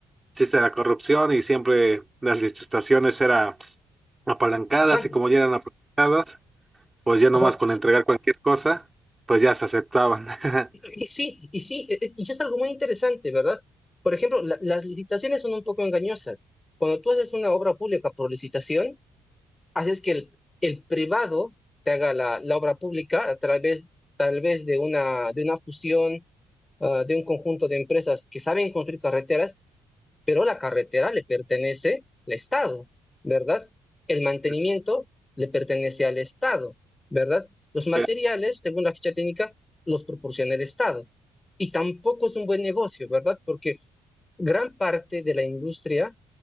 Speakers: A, on the right; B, on the left.
A: existe la corrupción y siempre las licitaciones eran apalancadas
B: Exacto.
A: y como ya eran apalancadas, pues ya nomás
B: Ajá.
A: con entregar cualquier cosa, pues ya se aceptaban. <laughs>
B: Y sí, y sí, e- e- y es algo muy interesante, ¿verdad? Por ejemplo, la- las licitaciones son un poco engañosas. Cuando tú haces una obra pública por licitación, haces que el, el privado te haga la, la obra pública a través, tal vez de una, de una fusión, ah, de un conjunto de empresas que saben construir carreteras pero la carretera le pertenece al Estado, ¿verdad? El mantenimiento
A: Pues,
B: le pertenece al Estado, ¿verdad? Los materiales,
A: eh,
B: según la ficha técnica, los proporciona el Estado. Y tampoco es un buen negocio, ¿verdad? Porque gran parte de la industria,